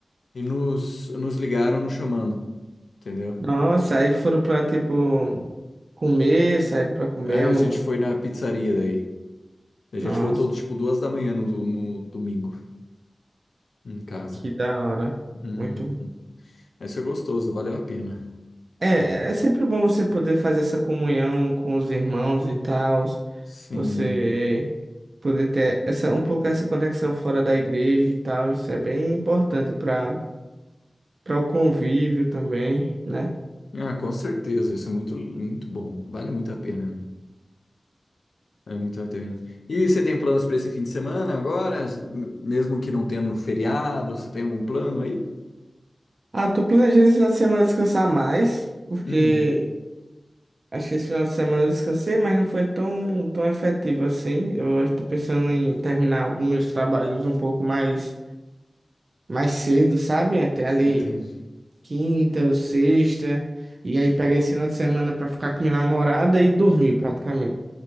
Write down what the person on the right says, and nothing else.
Nossa, aí foram pra, tipo, comer, saíram pra comer.
alguma
co-
Nossa,
que da hora.
Muito
É, é sempre bom você poder fazer essa comunhão com os irmãos e tal,
você poder ter essa, um pouco essa conexão fora da igreja e tal, isso é bem importante para para o convívio também, né?
Ah, tô planejando esse final de semana descansar mais, porque
acho que esse final de semana eu descansei, mas não foi tão, tão efetivo assim. Eu estou pensando em terminar alguns meus trabalhos um pouco mais, mais cedo, sabe? Até ali.
quinta ou sexta, e aí peguei esse final de semana pra ficar com minha namorada e dormir praticamente.